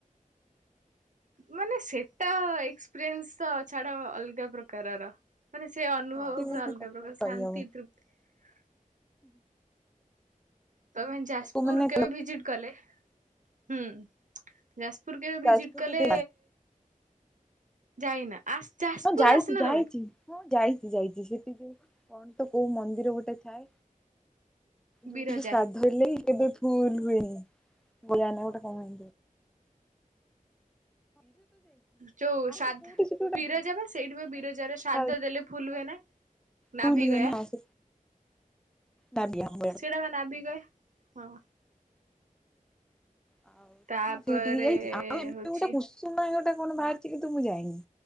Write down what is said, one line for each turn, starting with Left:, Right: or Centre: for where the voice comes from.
Right: ମାନେ ସେଟା ଏକ୍ସପିରିଏନ୍ସ ତ ଛାଡ ଅଲଗା ପ୍ରକାରର। ମାନେ ସେ ଅନୁଭବ
Centre: ହଁ
Right: ପୁରା
Centre: ମାନେ
Right: ଅଲଗା
Centre: କଥାରେ
Right: ପ୍ରକାର
Centre: କହିହବନି।
Right: ଶାନ୍ତି ତୃପ୍ତି। ତମେ ଯାଜପୁର
Centre: ତାକୁ ମାନେ
Right: କେବେ ଭିଜିଟ କଲେ ହୁଁ ଯାଜପୁର କେବେ
Centre: ଯାଜପୁର
Right: ଭିଜିଟ କଲେ
Centre: କେବେ
Right: ଯାଇନା ଆସ୍ ଯାଜପୁର
Centre: ହଁ ଯାଇଛି
Right: ଆସିନ
Centre: ଯାଇଛି
Right: ତମେ?
Centre: ହଁ ଯାଇଛି ଯାଇଛି ସେଠିକ କଣ ତ କୋଉ ମନ୍ଦିର ଗୋଟେ ଥାଏ ଯୋଉଠିକି
Right: ବିରଜା
Centre: ଶ୍ରାଧ ହେଲେ କେବେ ଫୁଲ ହୁଏନି <unintelligible> ଗୋଟେ କଣ ହୁଏ
Right: ଯୋଉ
Centre: ଆଉ ଗୋଟେ
Right: ସାଧ
Centre: କୋଉଠି ସେଠି ଗୋଟେ
Right: ବିରେ ଯବେ ସେଇଠି ବି ବିରଜାରେ ଶ୍ରାଦ୍ଧ
Centre: ହଁ
Right: ଦେଲେ ଫୁଲ ହୁଏ ନା ନାଭିିକୟା
Centre: ଫୁଲ ହୁଏ ନା ହଁ ନାଦିଆ ହଁ
Right: ସେଇଟା ବା ନାଭିିକୟା ହଁ
Centre: ଆଉ
Right: ତାପରେ
Centre: ହଁ ସେଇଠିକି ଯାଇଛି ଆଉ ଏ
Right: ହଉଛି
Centre: ଗୋଟେ କୁସୁମୟ ଗୋଟେ କଣ ବାହାରଛି କି ନ୍ତୁ ମୁଁ ଯାଇନି